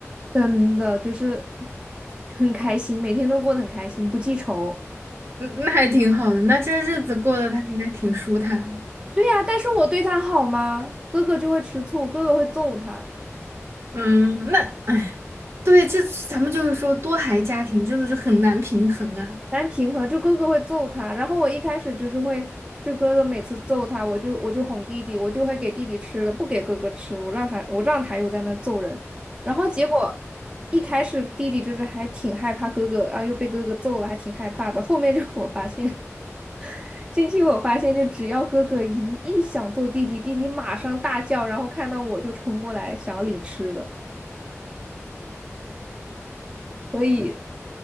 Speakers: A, on the right; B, on the right.
A: 真的就是很开心，每天都过得很开心，不记仇。
B: 嗯，那还挺好的，那这日子过得他应该挺舒坦。
A: 对呀，但是我对他好吗？哥哥就会吃醋，哥哥会揍他。
B: 嗯，那哎，对，这咱们就是说多孩家庭真的是很难平衡啊，
A: 难平和，就哥哥会揍他，然后我一开始就是会，就哥哥每次揍他，我就我就哄弟弟，我就会给弟弟吃的，不给哥哥吃，我让他我让他又在那儿揍人，然后结果一开始弟弟就是还挺害怕哥哥啊，又被哥哥揍了，还挺害怕的。后面就我发现，<laughs> 近期我发现就只要哥哥一一想揍弟弟，弟弟马上大叫，然后看到我就冲过来想要领吃的，所以